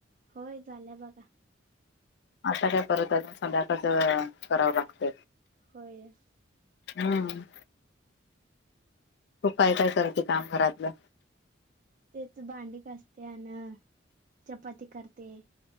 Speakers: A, on the right; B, on the left.
A: होय झाल्या बघा,
B: आता काय परत अजून सध्याकाळच करावं लागत
A: होय!
B: हम्म! तु काय काय करते काम घरातलं?
A: तेच भांडी घासते अन चपाती करते.